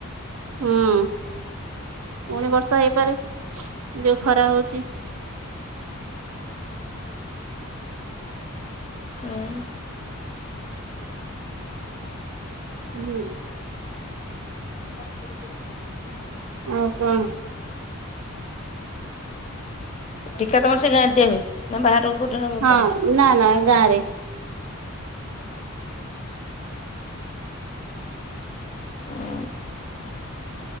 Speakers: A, on the right; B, on the left.
A: ହୁଁ। ପୁଣି ବର୍ଷା ହେଇପାରେ ଯୋଉ ଖରା ହଉଚି।
B: <inaudible> ହଁ।
A: ହୁଁ।
B: <unintelligible>
A: ଆଉ କଣ
B: ଟିକା ତମର ସେଇ ଗାଁ ରେ ଦିଆ ହୁଏ? ନା ବାହାରକୁ କୋଉଠି ନେବାକୁ
A: ହଁ
B: ପଡ଼େ?
A: ନା ନା ଗାଁ ରେ।
B: ହଁ।